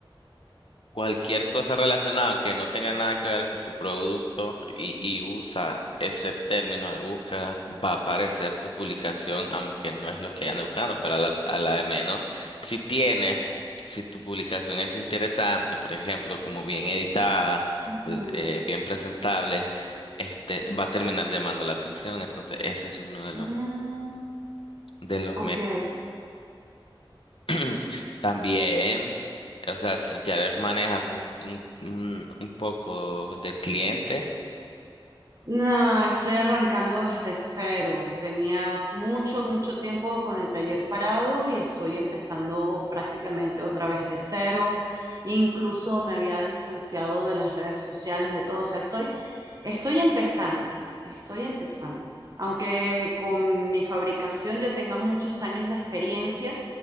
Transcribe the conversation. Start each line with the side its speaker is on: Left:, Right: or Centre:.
Left: cualquier cosa relacionada que no tenga nada que ver con tu producto y, y usa ese término de búsqueda, va a aparecer tu publicación, aunque no es lo que anda buscando, pero a la, a la de menos. Si tienes, si tu publicación es interesante, por ejemplo, como bien editada,
Right: Ujú.
Left: eh, bien presentable, este, va a terminar llamando la atención. Entonces, ese es uno de los,
Right: Mm,
Left: de los
Right: ok.
Left: métodos. <clears throat> También, o sea, si ya manejas un, un, un- un poco de cliente,
Right: No, estoy arrancando desde cero. Tenías mucho, mucho tiempo con el taller parado y estoy empezando prácticamente otra vez de cero. Incluso me había distanciado de las redes sociales, de todo. O sea, estoy, estoy empezando, estoy empezando. Aunque con mi fabricación yo tenga muchos años de experiencia